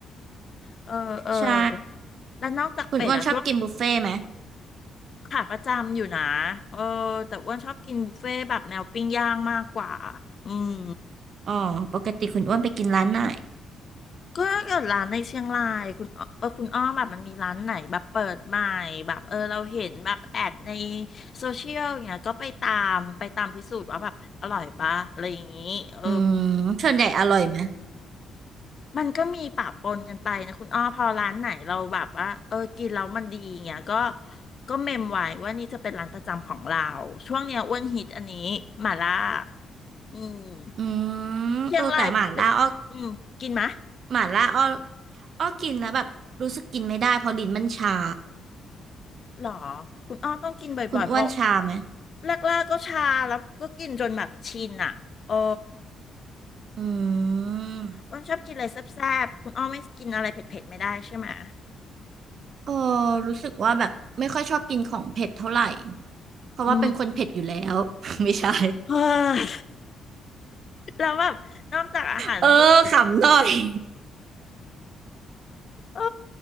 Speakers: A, on the left (about 45°); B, on the right (about 60°).
A: เออ เออ
B: ใช่
A: แล้วนอกจากเป็ดอะช่วง
B: คุณอ้วนชอบกินบุฟเฟ่ต์ไหม
A: ขาประจำอยู่นะ เออ แต่อ้วนชอบกินบุฟเฟ่ต์แบบแนวปิ้งย่างมากกว่า อืม
B: อ๋อปกติคุณอ้วนไปกินร้านไหน
A: ก็ถ้าเกิดร้านในเชียงรายคุณอ้อเออคุณอ้อมแบบมันมีร้านไหนแบบเปิดใหม่แบบเออเราเห็นแบบแอดในโซเชียลอย่างเงี้ยก็ไปตามไปตามพิสูจน์ว่าแบบอร่อยปะอะไรอย่างงี้เออ
B: อืมส่วนใหญ่อร่อยไหม
A: มันก็มีปะปนกันไปนะคุณอ้อพอร้านไหนเราแบบว่าเออกินแล้วมันดีเงี้ยก็ก็เมมไว้ว่านี่จะเป็นร้านประจำของเราช่วงเนี้ยอ้วนฮิตอันนี้หม่าล่าอืม
B: อืมเออแต่หม่าล่าอ้อ
A: เชียงรายเป็นอืมกินมะ
B: หม่าล่าอ้ออ้อกินแล้วแบบรู้สึกกินไม่ได้เพราะลิ้นมันชา
A: หรอคุณอ้อต้องกินบ่อยๆเพราะ
B: คุณอ้วนชาไหม
A: แรกๆก็ชาแล้วก็กินจนแบบชินอ่ะเออ
B: อืม
A: อ้วนชอบกินอะไรแซ่บๆคุณอ้อไม่กินอะไรเผ็ดๆไม่ได้ใช่ไหมะ
B: เออรู้สึกว่าแบบไม่ค่อยชอบกินของเผ็ดเท่าไหร่เพราะว่าเป็นคนเผ็ดอยู่แล้ว
A: อืม <laughs>
B: <laughs> ไม่ใช่
A: เฮ้ยแล้วแบบนอกจากอาหารพวก
B: เออขำหน่อย <laughs>
A: เออ